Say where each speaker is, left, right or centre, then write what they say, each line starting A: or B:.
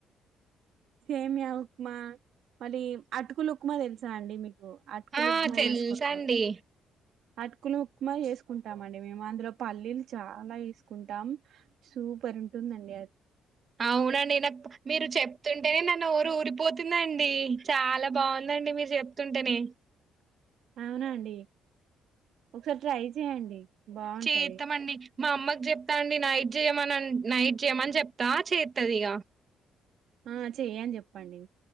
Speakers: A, on the right; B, on the right.
A: సేమియా ఉక్మా మళీ అటుకులు ఉక్మా దెలుసా అండి మీ గు అటుకులు
B: ఆ
A: ఉక్మా
B: తెలుసండి
A: ఏసుకుంటాం అటుకులు ఉక్మా ఏసుకుంటామండి మేము అందులో పల్లీలు చాలా ఏసుకుంటాం సూ. ఊపర్ ఉంటుందండి అది
B: అవునండి నాకు మీరు చెప్తుంటేనే నా నోరు ఊరిపోతుందండీ, చాలా బాగుంద. అండి మీరు జెప్తుంటేనే
A: అవునా అండి ఒకసారి ట్రై చేయండి బాగుంటది
B: చేత్తమండి మా అమ్మకి చెప్తా అండి నైట్ జేయమనన్ నైట్ చేయమని చెప్తా చేత్తది ఇగ.
A: ఆ చెయ్ అని చెప్పండి